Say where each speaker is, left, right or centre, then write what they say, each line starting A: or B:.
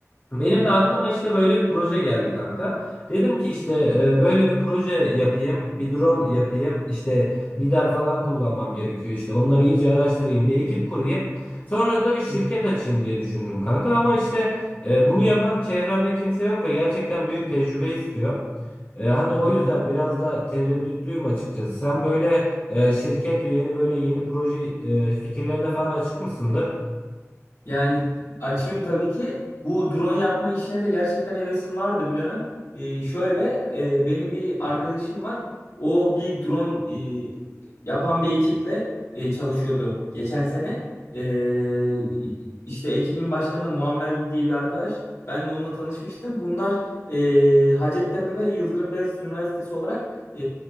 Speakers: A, on the left; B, on the left.
A: Benim de aklıma işte böyle bir proje geldi kanka. Dedim ki işte e, böyle bir proje yapayım, bir drone yapayım. İşte lidar falan kullanmam gerekiyor işte. Onları iyice araştırayım, bir ekip kurayım. Sonra da bir şirket
B: hı.
A: açayım diye düşündüm kanka ama işte e, bunu yapan çevremde kimse yok ve gerçekten büyük tecrübe istiyor. E, hani o
B: Evet.
A: yüzden biraz da tereddütlüyüm açıkçası. Sen böyle e, şirket ve yeni böyle yeni proje e, fikirlerine falan açık mısındır?
B: Yani açığım tabii ki. Bu drone yapma işine de gerçekten hevesim vardı bir dönem. Ee, şöyle e, benim bir arkadaşım var. O bir drone e, yapan bir ekiple e, çalışıyordu geçen sene. Ee, işte ekibin başkanı Muammer diye bir arkadaş. Ben de onunla tanışmıştım. Bunlar e, Hacettepe ve Yıldırım Beyazıt Üniversitesi olarak e,